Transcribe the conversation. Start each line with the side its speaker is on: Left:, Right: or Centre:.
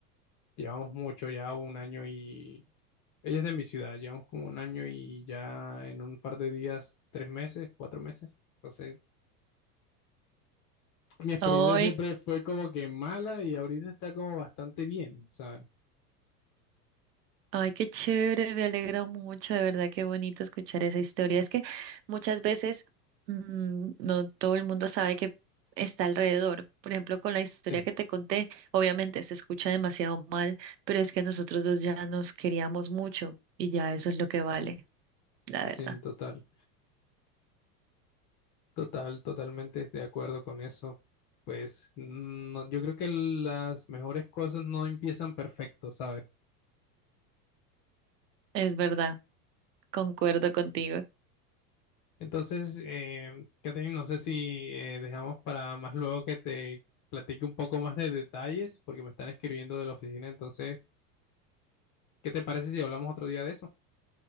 Left: Llevamos mucho, ya un año y... Ella es de mi ciudad, llevamos como un año y ya en un par de días, tres meses, cuatro meses. Entonces, mi experiencia
Right: Oh.
Left: siempre fue como que mala y ahorita está como bastante bien, ¿sabes?
Right: Ay, qué chévere, me alegra mucho, de verdad, qué bonito escuchar esa historia. Es que muchas veces mm, no todo el mundo sabe que está alrededor. Por ejemplo, con la historia
Left: Sí,
Right: que te conté, obviamente se escucha demasiado mal, pero es que nosotros dos ya nos queríamos mucho y ya eso es lo que vale, la
Left: sí,
Right: verdad.
Left: total, total, totalmente de acuerdo con eso. Pues no, yo creo que las mejores cosas no empiezan perfecto, ¿sabes?
Right: Es verdad, concuerdo contigo.
Left: Entonces, eh, Catherine, no sé si eh, dejamos para más luego que te platique un poco más de detalles, porque me están escribiendo de la oficina. Entonces, ¿qué te parece si hablamos otro día de eso?